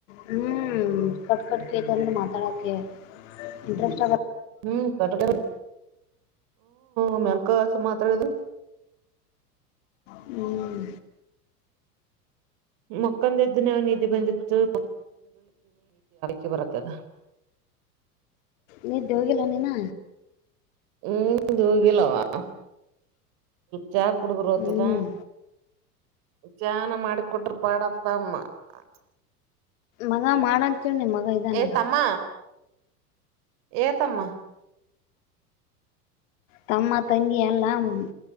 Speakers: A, on the left (about 50°); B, on the right (about 45°).
A: ಹ್ಮ್ ಕಟ್ ಕಟ್ ಕೇಳುತಂದ್ರೆ ಮಾತಾಡಕ ಇಂಟ್ರೆಸ್
B: ಹ್ಮ್ <unintelligible> ಹ್ಮ <unintelligible> <unintelligible> <inaudible>
A: ಹ್ಮ್
B: ಮಕ್ಕಂದಿದಿನಿ ನಿದ್ದೆ ಬಂದಿತ್ತು <unintelligible> ಬರುತ್ತದ <inaudible>
A: ನಿದ್ದೆವೋಗಿಲ್ಲ ಏನು ಇನ್ನ
B: ಹ್ಮ್ ಹೋಗಿಲ್ಲವಾ ಚಾ ಕುಡಿದ್ರ ಓತದ
A: ಹ್ಮ್
B: ಚಹಾನಾ ಮಾಡಿ ಕೊಟ್ರ ಪಾಡ್ ಆಗ್ತದಮ್ಮ ಹ
A: ಮಗ ಮಾಡಂತ ಹೇಳು ಮಗ ಇದಾನಲ್ಲ
B: ಏ ತಮ್ಮ ಏ ತಮ್ಮ
A: ತಮ್ಮ ತಂಗಿ ಎಲ್ಲ ಹ್ಮ